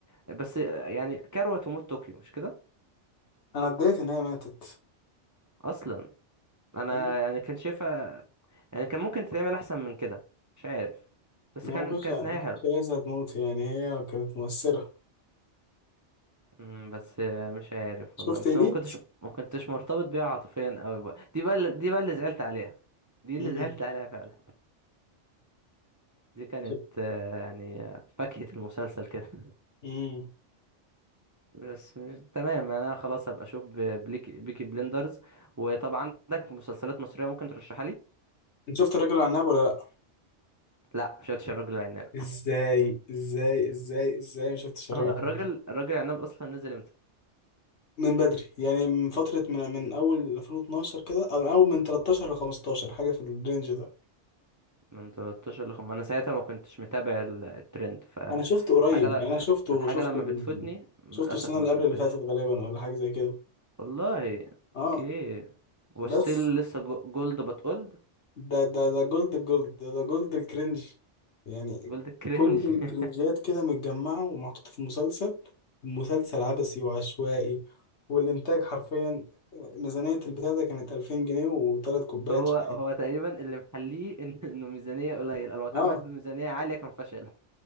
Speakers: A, on the right (about 25°); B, on the left (about 65°).
A: بس آه، يعني كروة تموت طوكيو مش كده
B: انا اتضايقت ان هي ماتت
A: اصلا انا
B: مم.
A: يعني كان شايفها يعني كان ممكن تتعمل احسن من كده مش عارف بس
B: يعني
A: كان
B: ما كنتش
A: كانت
B: ما
A: نهاية
B: كنتش
A: حلوة
B: عايزها تموت يعني هي كانت مؤثرة
A: مم، بس مش عارف
B: شفت
A: والله بس
B: اليت
A: أنا ما كنتش ما كنتش مرتبط بيها عاطفيا قوي بقى دي بقى اللي- دي بقى اللي زعلت عليها دي اللي
B: مم.
A: زعلت عليها فعلا دي كانت
B: شف-
A: آه، يعني آه، فاكهة المسلسل كده <laughs>
B: مم.
A: بس مش... تمام انا خلاص هبقى اشوف ب- بليك... بيكي بليندرز وطب عندك مسلسلات مصرية ممكن ترشحها لي
B: انت شفت الراجل العناب ولا لا
A: لا مش شفتش الراجل العناب
B: ازاي ازاي ازاي ازاي ما شفتش الراجل
A: اه الراجل الراجل العناب اصلا نزل امتى
B: من بدري يعني من فترة من من أول 2012 كده أو من أول من 13 ل 15 حاجة في الرينج ده
A: من 13 ل 5 انا ساعتها ما كنتش متابع ال- الترند فالحاجة
B: أنا شفته قريب
A: ل...
B: يعني أنا شفته
A: الحاجة
B: شفته
A: لما بتفوتني للاسف
B: شفته السنة
A: ما
B: اللي
A: بشوفهاش
B: قبل اللي فاتت غالبا ولا حاجة زي كده
A: والله
B: أه
A: اوكي وستيل
B: بس
A: لسه جولد بتقولد
B: ده ده ده جولد الجولد ده ده جولد الكرنج يعني
A: جولد كرينج
B: كل الكرنجات
A: <laughs>
B: كده متجمعة ومحطوطة في مسلسل مسلسل عبثي وعشوائي والإنتاج حرفيا آه، ميزانية البتاع ده كانت 2000 جنيه وتلات كوبايات
A: هو
B: شاي
A: هو تقريبا اللي محليه إن- انه ميزانيه قليله لو اتعمل
B: اه
A: بميزانيه عاليه كان فشل